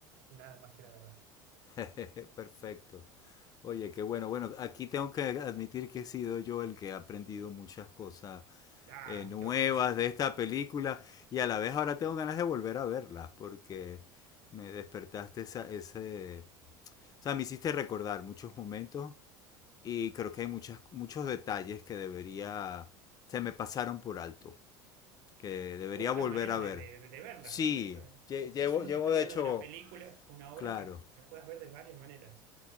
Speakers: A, on the right; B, on the left.
A: nada más que la verdad.
B: <laughs> Perfecto. Oye, qué bueno. Bueno, aquí tengo que admitir que he sido yo el que ha aprendido muchas cosas
A: Ah,
B: eh, nuevas
A: qué orgullo.
B: de esta película y a la vez ahora tengo ganas de volver a verlas porque me despertaste esa, ese... O sea, me hiciste recordar muchos momentos y creo que hay muchas, muchos detalles que debería... Se me pasaron por alto, que debería
A: U Otras
B: volver
A: maneras
B: a
A: de,
B: ver.
A: de- de verlas.
B: Sí,
A: Eso
B: lle- llevo,
A: es
B: llevo
A: lo que está
B: de
A: bueno
B: hecho...
A: de una película, una obra
B: Claro.
A: que la puedas ver de varias maneras.